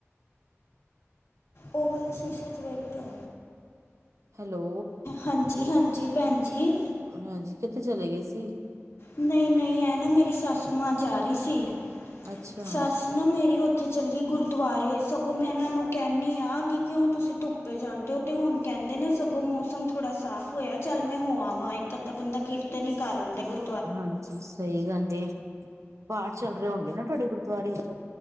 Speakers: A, on the left; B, on the right.
A: ਉਹ ਵਾਲੇ ਸ਼ੀਸ਼ੇ ਚ ਵੇਖ <unintelligible>
B: ਹੈਲੋ।
A: ਹਾਂਜੀ-ਹਾਂਜੀ, ਪੈਣ ਜੀ।
B: ਹਾਂਜੀ, ਕਿੱਥੇ ਚਲੇ ਗਏ ਸੀ।
A: ਨਹੀਂ-ਨਹੀਂ, ਇਹ ਨਾ ਮੇਰੀ ਸਸੂ ਮਾਂ ਜਾ ਰਹੀ ਸੀ।
B: ਅੱਛਾ।
A: ਸੱਸ ਨਾ ਮੇਰੀ ਉੱਥੇ ਚੱਲੀ ਗੁਰਦੁਆਰੇ, ਸਗੋਂ ਮੈਂ ਇਹਨਾਂ ਨੂੰ ਕਹਿੰਦੀ ਹਾਂ ਕਿ ਕਿਉਂ ਤੁਸੀਂ ਧੁੱਪ ਪੇ ਜਾਂਦੇ ਹੋ ਤੇ ਹੁਣ ਕਹਿੰਦੇ ਨੇ ਸਗੋਂ ਮੌਸਮ ਥੋੜਾ ਸਾਫ਼ ਹੋਇਆ, ਚੱਲ ਮੈਂ ਹੋ ਆਵਾਂ ਇੱਕ ਅੱਧਾ ਬੰਦਾ ਕੀਰਤਨ ਈ ਕਰ ਆਂਦਾ ਐ, ਗੁਰ
B: ਹਾਂਜੀ ਸਹੀ ਗੱਲ ਏ, ਪਾਠ ਚੱਲ ਰਹੇ ਹੋਣਗੇ ਨਾ ਤੁਹਾਡੇ ਗੁਰਦੁਆਰੇ ਉੱਧਰ?